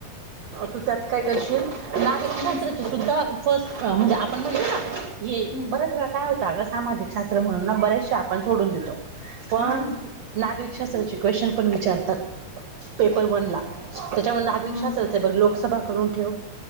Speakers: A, on the right; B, on the left.
A: तू त्यात काय करशील? नागरिकशास्त्राची
B: हम्म
A: सुद्धा फस्ट अ म्हणजे आपण म्हटलं ना. हे
B: हम्म
A: बऱ्याच वेळा काय होत. आग सामाजिक शास्त्र म्हणून ना बरेशे आपण सोडून देतो. पण
B: हा
A: नागरिक शास्त्राची क्वेशंन पण विचारतात. पेपर बनला. त्याच्यामुळे नागरिक
B: हा
A: शास्त्रचे पण बघ लोकसभा करून ठेव.